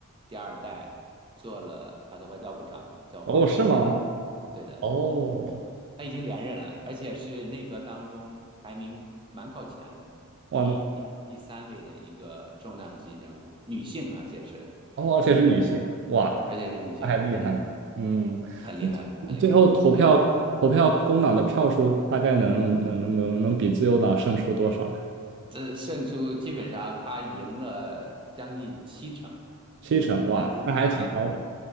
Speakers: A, on the right; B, on the right.
A: 第二代，做了他的外交部长，叫黄英贤。
B: 哦，是吗？
A: 对的，
B: 哦，
A: 嗯，他已经连任了，而且是内阁当中排名蛮靠前的，第第二、
B: 哇，
A: 第三位的一个重量级人物，女性，而且是
B: 哦，而且是女性，
A: 嗯，
B: 哇，
A: 而且是女性，
B: 那还厉害。
A: 嗯，
B: 嗯，
A: 很厉害，很厉害，
B: 最后投票投票工党的票数大概能能能能比自由党胜出多少呀？
A: 就是。这胜出基本上他赢了将近七成，
B: 七成，
A: 嗯，那就啊，
B: 哇，那还挺高的。